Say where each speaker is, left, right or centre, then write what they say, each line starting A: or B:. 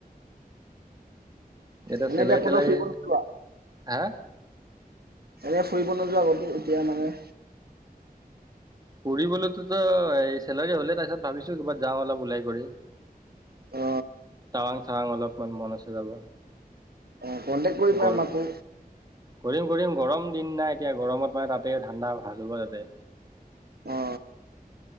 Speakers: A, on the right; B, on the right.
A: ইয়াতে
B: মানে
A: চেলাৰী
B: এতিয়া
A: তেলাৰী
B: ক'তো ফুৰিব নোযোৱা
A: হা
B: এনে ফুৰিব নোযোৱা কতো এতিয়া মানে
A: ফুৰিবলৈতোতো এই চেলাৰী হ'লে তাৰপিছত ভাবিছো কৰবাত যাওঁ অলপ ওলাই কৰি
B: অ
A: টাৱাং চাৱাং অলপমান মন আছে যাব
B: অ', কণ্টেক্ট কৰিবা
A: গৰম
B: মাকো
A: কৰিম কৰিম গৰম দিন নাই এতিয়া গৰমত মানে তাতে ঠাণ্ডা ভাল হ'ব তাতে
B: অ